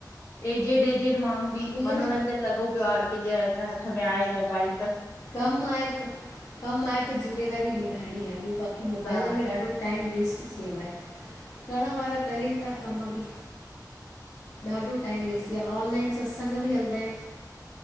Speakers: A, on the left (about 40°); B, on the left (about 65°).
A: एजेड एजेड माण्हूं
B: उहो
A: बि,
B: ई आहे
A: मनोरंजन
B: न
A: लॻो प्यो आ, हर केंजे हथ में आहे मोबाइल त।
B: कम आहे त, कम आहे त ज़िमेदारी निभाइणी आ, ॿयो बाक़ी मोबाइलन
A: हा
B: में ॾाढो टाइम वेस्ट थीवयो आहे, करण वारा करैन ता कम बि। ॾाढो टाइम वेस्ट थी यो आ, ऑनलाइन सत्संग बि हलंदा एन।